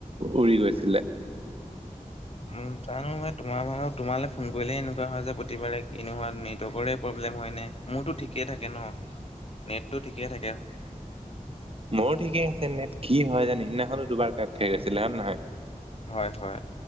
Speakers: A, on the right; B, on the left.
A: উৰি গৈছিলে।
B: উম, জানো ম, তোমালৈ ফোন কৰিলেই এনেকুৱা হয় যে, প্ৰতিবাৰে। কিনেহোৱা, নেটৱৰ্কৰে প্ৰব্লেম হয় নে, মোৰতো ঠিকে থাকে ন, নেটটো ঠিকে থাকে।
A: মোৰো ঠিকেই আছে নে কি হয় জানো সিদিনাখনো দুবাৰ কাত খাই গৈছিলে হে নে নহয়।
B: হয়, হয়।